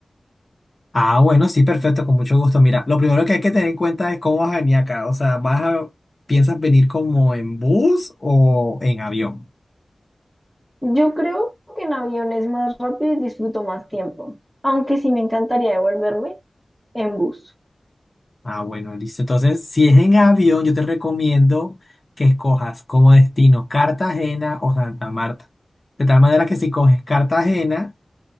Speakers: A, on the left (about 40°); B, in the centre.
A: Ah, bueno, sí, perfecto, con mucho gusto. Mira, lo primero que hay que tener en cuenta es cómo vas a venir acá. O sea, ¿vas a, piensas venir como en bus o en avión?
B: Yo creo que en avión es más rápido y disfruto más tiempo, aunque sí me encantaría devolverme en bus.
A: Ah, bueno, listo. Entonces, si es en avión, yo te recomiendo que escojas como destino Cartagena o Santa Marta. De tal manera que si coges Cartagena,